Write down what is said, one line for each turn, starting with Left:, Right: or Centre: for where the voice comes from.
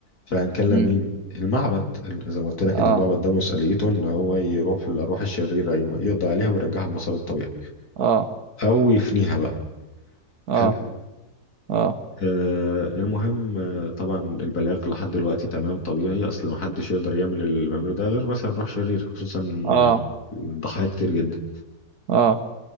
Left: فهنكلم
Right: مم.
Left: مين المعبد ال- زي ما قلت لك
Right: اه
Left: إن المعبد ده مسؤوليته إن هو يروح للأرواح الشريرة يم- يقضي عليها ويرجعها لمسار الطبيعي
Right: اه
Left: أو يفنيها بقى
Right: اه
Left: حلو
Right: اه
Left: آه المهم آه طبعا البلاغ لحد دلوقتي تمام طبيعي اصل محدش يقدر يعمل اللي بيعمله ده غير مثلا روح شريرة خصوصا
Right: اه
Left: الضحايا كتير جدا
Right: اه